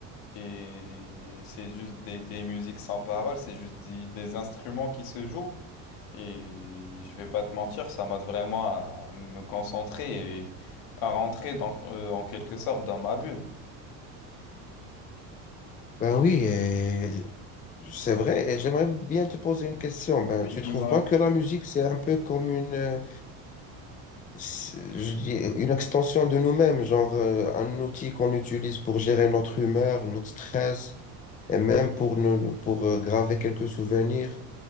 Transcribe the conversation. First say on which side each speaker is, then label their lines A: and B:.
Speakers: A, on the left; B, on the left.
A: Et c'est juste des, des musiques sans parole, c'est juste des, des instruments qui se jouent. Et je vais pas te mentir, ça m'aide vraiment à me concentrer et à rentrer dans, euh, en quelque sorte dans ma bulle.
B: Ben oui, et c'est vrai, et j'aimerais bien te poser une question. Ben,
A: Oui,
B: tu
A: dis-moi.
B: trouves pas que la musique, c'est un peu comme une, euh, c'est- je dis, une extension de nous-mêmes, genre euh, un outil qu'on utilise pour gérer notre humeur, notre stress, et même pour, nous, pour euh, graver quelques souvenirs?